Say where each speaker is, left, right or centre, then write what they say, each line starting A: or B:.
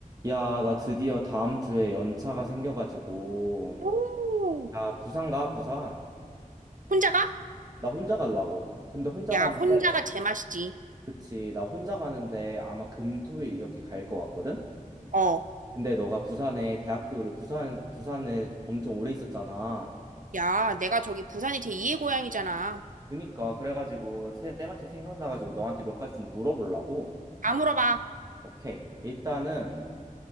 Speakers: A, on the right; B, on the right.
A: 야, 나 드디어 다음 주에 연차가 생겨가지고,
B: 오,
A: 야, 부산 가, 부산.
B: 혼자가?
A: 나 혼자 가려고. 근데 혼자
B: 야,
A: 가는데,
B: 혼자가 제맛이지.
A: 그치, 나 혼자 가는데 아마 금, 토, 일 이렇게 갈 것 같거든?
B: 어,
A: 근데 너가 부산에, 대학교를 부산, 부산에 엄청 오래 있었잖아.
B: 야, 내가 저기 부산이 제2의 고향이잖아.
A: 그니까, 그래가지고, 세- 때마침 생각나가지고 너한테 몇 가지 좀 물어보려고.
B: 다 물어봐.
A: 오케이. 일단은,